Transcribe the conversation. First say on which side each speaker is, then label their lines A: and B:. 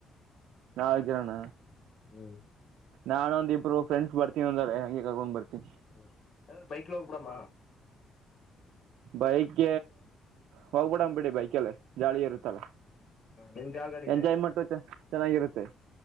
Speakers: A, on the right (about 90°); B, on the left (about 55°).
A: ನಾವಗಿರೋಣ್ಣ
B: ಹ್ಮ್
A: ನಾನೊಂದ ಇಬ್ರು ಫ್ರೆಂಡಸ್ ಬರ್ತೀನಿಂದ ಹಗೆ ಕಕೊಂಡ್ ಬರ್ತಿನಿ
B: ಹ್ಮ ಯ್ರೆ ಬೈಕ್ ಲೋಗಬೂಡಾಮ
A: ಬೈಕ್ ಹೋಗ್ಬಿಡ ಬಿಡಿ ಬೈಕಲ್ಲ ಜಾಲಿ ಇರುತ್ತಲ್ಲ
B: ನಿಮ್ದ್ ಯಾವ ಗಾಡಿ ಇದೆ
A: ಎಂಜಾಯ್ಮೆಂಟು ಚ ಚೆನ್ನಾಗಿರುತ್ತೆ